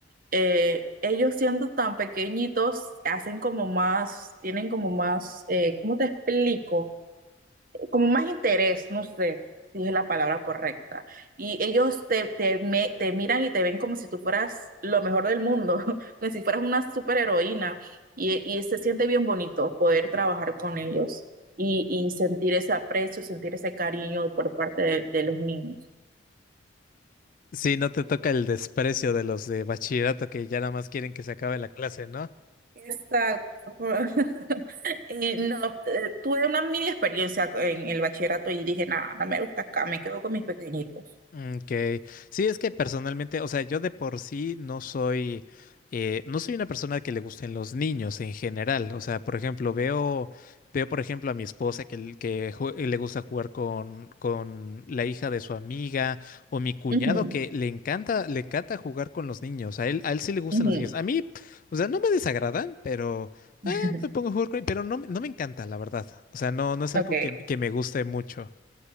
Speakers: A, on the right; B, on the left.
A: eh, ellos siendo tan pequeñitos hacen como más, tienen como más, eh, ¿cómo te explico? Como más interés, no sé si es la palabra correcta. Y ellos te, te, me- te miran y te ven como si tú fueras lo mejor del mundo, <laughs> como si fueras una superheroína. Y, y se siente bien bonito poder trabajar con ellos y, y sentir ese aprecio, sentir ese cariño por parte de de los niños.
B: Sí, no te toca el desprecio de los de bachillerato que ya nada más quieren que se acabe la clase, ¿no?
A: Exacto. por- <laughs> eh, no, eh, tuve una mini experiencia en el bachillerato y dije, nada, no me gusta acá, me quedo con mis pequeñitos.
B: Mm, Okay, sí, es que personalmente, o sea, yo de por sí no soy, eh, no soy una persona que le gusten los niños en general. O sea, por ejemplo, veo, veo por ejemplo a mi esposa que, l- que jue- le gusta jugar con, con la hija de su amiga o mi cuñado
A: Ujú,
B: que le encanta, le encanta jugar con los niños. A él, a él sí le gustan
A: ujú.
B: los niños. A mí, p- o sea, no me desagradan, pero
A: <laughs>
B: eh, me pongo a jugar con, pero no, me- no me encanta, la verdad. O sea, no, no es
A: Ok,
B: algo que, que me guste mucho.